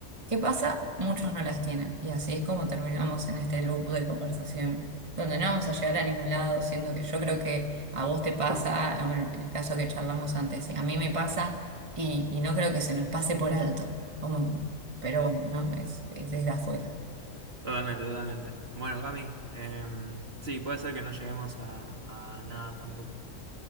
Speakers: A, on the right; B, on the right.
A: ¿Qué pasa? Muchos no las tienen. Y así es como terminamos en este loop de conversación, donde no vamos a llegar a ningún lado, siendo que yo creo que a vos te pasa, o el, el caso que charlamos antes, a mí me pasa y, y no creo que se nos pase por alto. Como, pero bueno, ¿no? Es, es desde afuera.
B: Totalmente, totalmente. Bueno, Cami, em, sí, puede ser que no lleguemos a a nada tampoco.